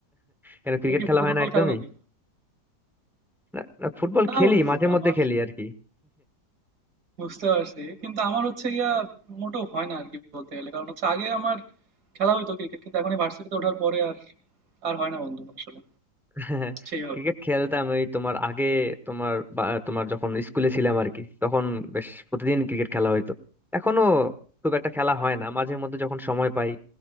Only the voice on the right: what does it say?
তুমি কি
ফুটবল
টুটবল
খেলো নাকি
না
বন্ধু
আমার
বুঝতে পারছি কিন্তু আমার হচ্ছে গিয়া মোটেও হয় না আর কি বলতে গেলে কারণ হচ্ছে আগে আমার খেলা হইতো ক্রিকেট কিন্তু এখন এই ভার্সিটিতে ওঠার পরে আর আর হয় না বন্ধু আসলে
সেইভাবে